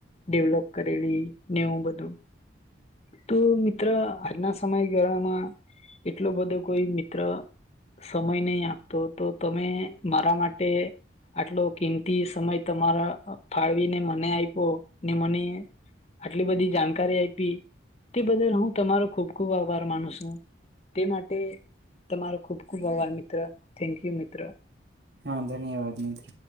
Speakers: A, on the left; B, on the right.
A: ડેવલોપ કરેલી નેવું બધું તો મિત્ર આજના સમયગાળામાં એટલો બધો કોઈ મિત્ર સમય નહી આપ તો તો તમે મારા માટે તે આટલો કિંમતી સમય તમારા ફાળવીને મને આપ્યો ને મને આટલી બધી જાણકારી આપી તે બદલ હું તમારો ખુબ ખુબ આભાર માનું છું, તે માટે તમારો ખુબ ખુબ આભાર મિત્ર. થેન્ક યુ મિત્ર.
B: હા ધન્યવાદ મિત્ર.